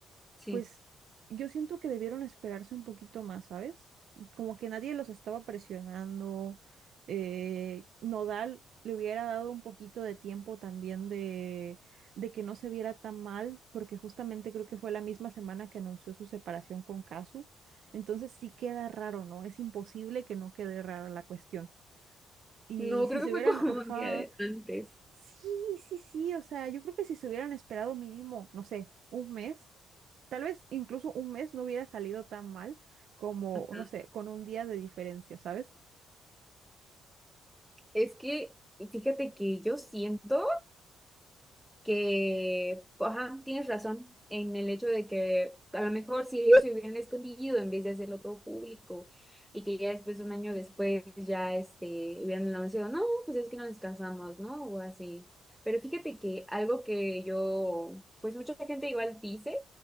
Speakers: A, in the centre; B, on the right.
A: sí.
B: pues yo siento que debieron esperarse un poquito más, ¿sabes? Como que nadie los estaba presionando. eh, Nodal le hubiera dado un poquito de tiempo también de, de que no se viera tan mal, porque justamente creo que fue la misma semana que anunció su separación con Casu. Entonces sí queda raro, ¿no? Es imposible que no quede rara la cuestión. Y
A: No,
B: si
A: creo
B: se
A: que fue
B: hubieran,
A: como
B: ajá,
A: un día de antes.
B: Sí, sí, sí, o sea, yo creo que si se hubieran esperado mínimo, no sé, un mes, tal vez incluso un mes no hubiera salido tan mal como,
A: Ajá.
B: no sé, con un día de diferencia, ¿sabes?
A: Es que, fíjate que yo siento que, pues, ajá, tienes razón en el hecho de que a lo mejor si ellos se hubieran escondido en vez de hacerlo todo público y que ya después, un año después, ya este, hubieran anunciado, no, pues es que nos casamos, ¿no? O así. Pero fíjate que algo que yo, pues mucha gente igual dice,